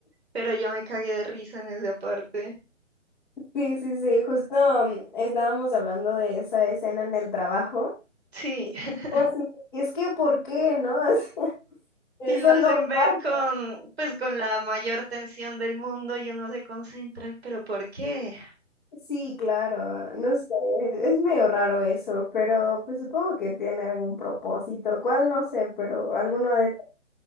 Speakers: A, on the right; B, in the centre.
A: pero yo me cagué de risa en esa parte.
B: Sí, sí, sí. Justo mm, estábamos hablando de esa escena en el trabajo.
A: Sí. <laughs>
B: Pues sí, es que, ¿por qué, no? <laughs> O sea,
A: Y
B: Eso
A: lo
B: no
A: hacen ver
B: pasa.
A: con, pues, con la mayor tensión del mundo y uno se concentra, pero ¿por qué?
B: Sí, claro. No sé. Es medio raro eso, pero pues supongo que tiene algún propósito. ¿Cuál? No sé, pero alguno de...